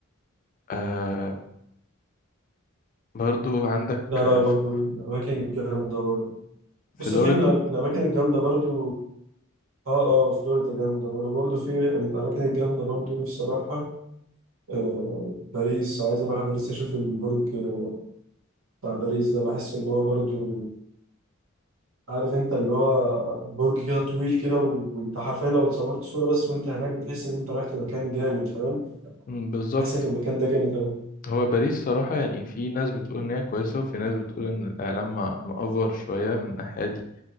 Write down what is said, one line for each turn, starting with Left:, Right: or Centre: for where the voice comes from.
Left: آه برضو عندك
Right: لا لا برضه
Left: ف-
Right: الأماكن جامدة برضه
Left: فلوريدا
Right: بص في من الأ- الأماكن الجامدة برضه اه اه فلوريدا جامدة وانا برضو في يعني من الأماكن الجامدة برضو نفسي أروحها آه، باريس عايز اروح باريس اشوف البرج آه، بتاع باريس ده بحس ان هو برضو عارف انت اللي هو برج كده طويل كده و- وانت حرفيا لو اتصورت صورة بس وانت هناك بتحس ان انت رحت مكان جامد فاهم
Left: مم، بالظبط
Right: بحس ان المكان ده جامد قوي
Left: هو باريس صراحة يعني في ناس بتقول إن هي كويسة وفي ناس بتقول إن الإعلام ما- مأفور شوية من الناحية دي